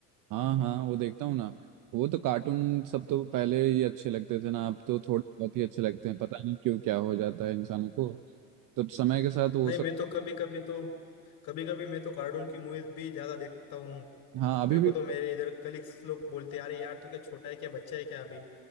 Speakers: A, on the right; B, on the left.
A: हाँ हाँ वो देखता हूँ ना वो तो कार्टून सब तो पहले ही अच्छे लगते थे ना अब तो थोड़े बहुत ही अच्छे लगते हैं पता नहीं क्यों क्या हो जाता है इंसानों को तो समय के साथ वो
B: नहीं
A: सब
B: मैं तो कभी कभी तो कभी कभी मैं तो कार्टून की मूवीज भी ज्यादा देखता हूँ
A: हाँ अभी
B: मेरे को
A: भी
B: तो मेरे इधर कलीग्स लोग बोलते अरे यार तू क्या छोटा है क्या बच्चा है क्या अभी